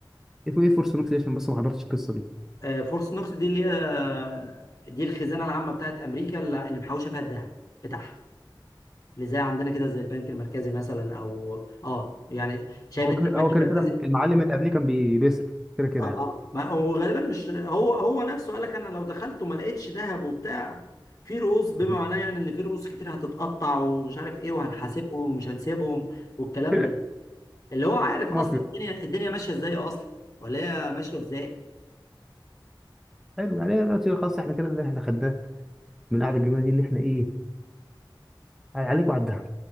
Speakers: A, in the centre; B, on the left (about 45°).
A: ايه ايه فورس نوكس دي عشان بس ما حضرتش القصه دي
B: آه، فورس نوكس دي اللي هي دي الخزانة العامة بتاعت امريكا اللي اللي محوشة فيها الذهب بتاعها اللي زي عندنا كده زي البنك المركزي مثلا او اه يعني شايف
A: هو
B: انت
A: كده
B: البنك
A: هو كده
B: المركزي
A: كده المعلم اللي قبليه كان بي... بيصرف كده كده
B: اه اه ما هو غالبا مش هو هو نفسه قال لك انا لو دخلت وما لقيتش ذهب وبتاع في رؤوس بما
A: يعني
B: معناه يعني اللي فيه رؤوس كتير هتتقطع ومش عارف ايه وهنحاسبهم ومش هنسيبهم والكلام
A: <laughs>
B: ده اللي هو عارف
A: مافيا
B: اصلا الدنيا الدنيا ماشيه ازاي اصلا ولا هي ماشيه ازاي
A: حلو يعني أنا دلوقتي خلاص احنا كده اللي احنا خدناه من القعده الجميله دي ان احنا ايه عليك وعلى الدهب